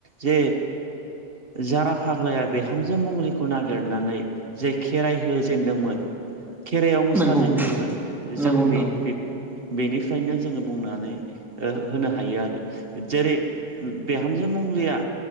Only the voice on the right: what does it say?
जे जारा फाग्लाया बिहामजो मंग्लिखौ नागिरनानै जे खेराइ होजेनदोंमोन खेराइआव मोसाजेेनदोंमोन
जों
बे बेनिफ्रायनो जोङो बुंनानै ओ होनो हायो आरो जेरै बिहामजो मंलिया